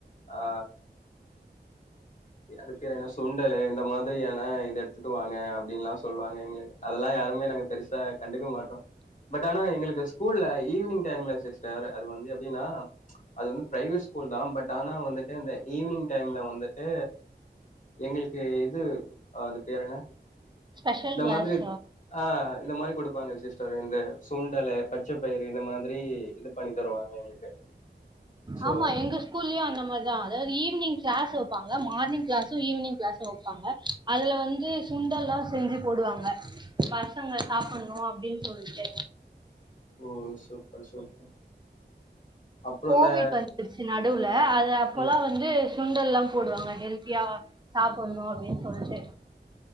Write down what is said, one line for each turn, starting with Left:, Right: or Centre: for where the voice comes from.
Left: ஆ அது பேரு என்ன சுண்டலு இந்த மாதிரியான இது எடுத்துட்டு வாங்க அப்டின்னு எல்லா சொல்லுவாங்க எங்களுக்கு அதெல்லா யாருமே நாங்க பெருசா கண்டுக்க மாட்டோ பட் ஆனா எங்களுக்கு ஸ்கூல்ல ஈவினிங் டைம்ல வேற அது வந்து எப்படின்னா அது வந்து பிரைவேட் ஸ்கூல் தா பட் ஆனா வந்துட்டு இந்த ஈவினிங் டைம்ல வந்து ட்டு எங்களுக்கு இது அது பேர் என்ன
Right: ஸ்பெஷல்
Left: இந்த
Right: கிளாஸ்
Left: மாதிரி ஆ இந்த மாதிரி குடுப்பாங்க சிஸ்டர் இந்த சுண்டலு பச்ச பயிறு இந்த மாதிரி இது பண்ணி தருவாங்க எங்களுக்கு சோ
Right: ஆமா எங்க ஸ்கூல்லயு அந்த மாரி தா அதாவது ஈவ்னிங் கிளாஸ் வைப்பாங்க மார்னிங் கிளாஸ்சு ஈவினிங் கிளாஸ்சு வைப்பாங்க அதுல வந்து சுண்டல்லா செஞ்சு போடுவாங்க பசங்க சாப்ட்ணு அப்டின்னு சொல்லிட்டு
Left: ஓ சூப்பர் சூப்பர் அப்றோ
Right: கோவிட்
Left: இந்த
Right: வந்துருச்சு நடுவுல அது அப்பல்லா
Left: ம்
Right: வந் வந்து சுண்டல்லா எல்லா போடுவாங்க ஹெல்த்தியா சாப்ட்ணு அப்டின்னு சொல்ட்டு